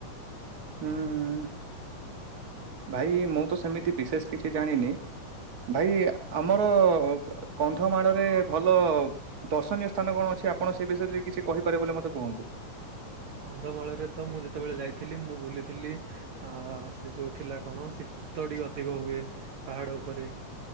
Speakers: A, on the right (about 30°); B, on the right (about 65°).
A: ହୁଁ ହୁଁ ଭାଇ ମୁଁ ତ ସେମିତି ବିଶେଷ କିଛି ଜାଣିନି। ଭାଇ ଆମର କନ୍ଧମାଳରେ ଭଲ ଦର୍ଶନୀୟ ସ୍ଥାନ କଣ ଅଛି? କି ଆପଣ ସେ ବିଷୟରେ କିଛି କହିପାରିବେ ବୋଲି ମତେ କୁହନ୍ତୁ।
B: କନ୍ଧମାଳରେ ତ ମୁଁ ଯେତେବେଳେ ଯାଇଥିଲି ମୁଁ ବୁଲିଥିଲି ଅ ସେ ଯୋଉ ଥିଲା କଣ? ଶୀତ ଟିକେ ଅଧିକ ହୁଏ ପାହାଡ ଉପରେ